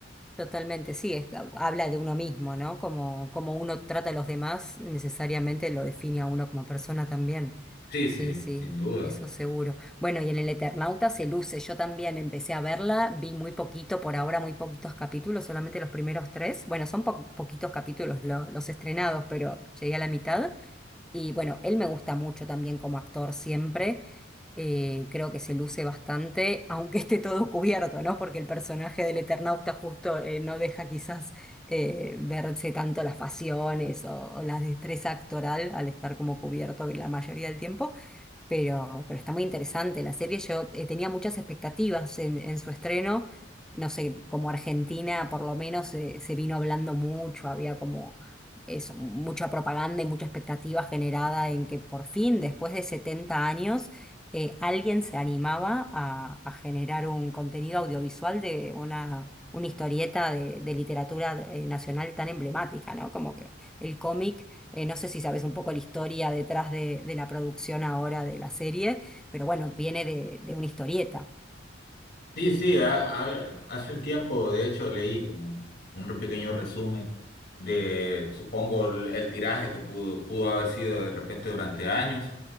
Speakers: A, in the centre; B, on the left.
A: Totalmente, sí, es- habla de uno mismo, ¿no? Como, como uno trata a los demás, necesariamente lo define a uno como persona también.
B: Sí,
A: Sí,
B: sí,
A: sí,
B: sin duda.
A: eso seguro. Bueno, y en El Eternauta se luce. Yo también empecé a verla, vi muy poquito, por ahora muy poquitos capítulos, solamente los primeros tres. Bueno, son po- poquitos capítulos lo- los estrenados, pero llegué a la mitad. Y bueno, él me gusta mucho también como actor siempre. Eh, creo que se luce bastante, aunque esté todo cubierto, ¿no? Porque el personaje del Eternauta justo eh, no deja quizás eh, verse tanto las facciones o, o la destreza actoral al estar como cubierto la mayoría del tiempo pero, pero está muy interesante la serie. Yo eh, tenía muchas expectativas en, en su estreno. No sé, como Argentina por lo menos eh, se vino hablando mucho, había como eso, mucha propaganda y mucha expectativa generada en que por fin, después de 70 años, eh, alguien se animaba a, a generar un contenido audiovisual de una, una historieta de, de literatura eh, nacional tan emblemática, ¿no? Como que el cómic eh, no sé si sabes un poco la historia detrás de, de la producción ahora de la serie, pero bueno, viene de, de una historieta.
B: Sí, sí, ha- ha- hace un tiempo, de hecho, leí como un, un pequeño resumen de, supongo, el, el tiraje que pudo, pudo haber sido de repente durante años.